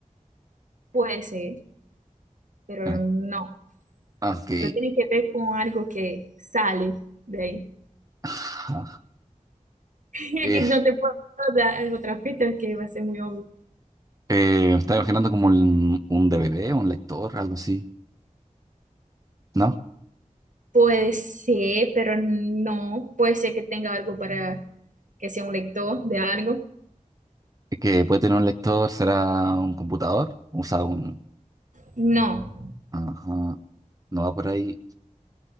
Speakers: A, on the right; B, on the right.
A: Puede ser, pero
B: Eh,
A: no.
B: ok.
A: Pero tiene que ver con algo que sale de ahí.
B: Ajá.
A: <laughs>
B: Eh,
A: Y No te puedo dar otra pista que va a ser muy obvio.
B: eh, me estaba imaginando como un, un DVD, un lector, algo así, ¿no?
A: Puede ser, pero no. Puede ser que tenga algo para que sea un lector de algo.
B: Es Que puede tener un lector, será un computador, o sea, un...
A: No.
B: Ajá, no va por ahí.